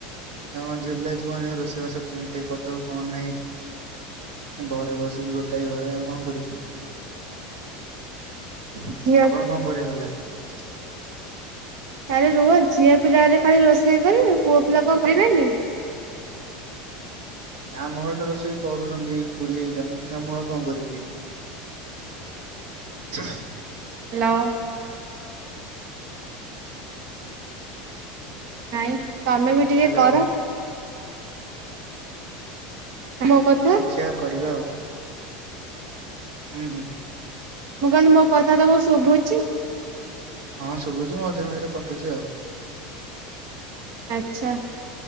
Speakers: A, on the right (about 75°); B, on the right (about 50°).
A: ଆମେ କଣ ଝିଅ ପିଲା ହେଇଚୁ କଣ ରୋଷେଇବାସ କଣ ଟିକେ କରିଦବୁ କଣ ନାହିଁ। ଘରେ ବସିଚୁ ଗୋଟାଏ ଘରେ ଆଉ କଣ କରିବୁ?
B: <inaudible>
A: ଆପଣଙ୍କୁ
B: ଝିଅ
A: କଣ କରିଵାକୁ ଭଲ ଲାଗେ?
B: ଆରେ ରୁହ ଝିଅ ପିଲା ହେଲେ ଖାଲି କଣ ରୋଷେଇ କରିବେ ପୁଅ ପିଲା କଣ କରିବେନି? <unintelligible>
A: ଆମ ଘରେ ତ ରୋଷେଇ କରୁଛନ୍ତି ଖୁଡି ହରିକା ନା ମୁଁ ଆ କଣ କରିବି ଯାଇକି? <inaudible>
B: ହେଲଅ। ନାଇଁ ତମେ ବି ଟିକେ
A: ହ୍ୟାଲୋ
B: କର। ମୋ କଥା।
A: ଦେଖିବା କରିବା ଆଉ। ହୁଁ ହୁଁ।
B: ମୁଁ କହିଲି ମୋ କଥା ତମକୁ ଶୁଭୁଚି?
A: ହଁ ଶୁଭୁଚି ମଝିରେ ମଝିରେ କଟୁଛି ଆଉ।
B: ଆଛା।